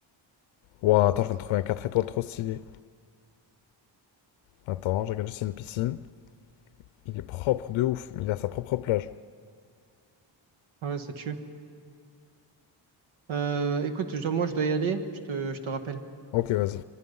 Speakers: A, on the left; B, on the right.
A: Ouah, attends, je viens de trouver un 4 étoiles trop stylé. Attends, je regarde juste s'il y a une piscine. Il est propre de ouf. Il a sa propre plage.
B: Ah Ouais, ça tue. Euh, écoute, je- moi, je dois y aller. Je te, je te rappelle.
A: Ok, vas-y.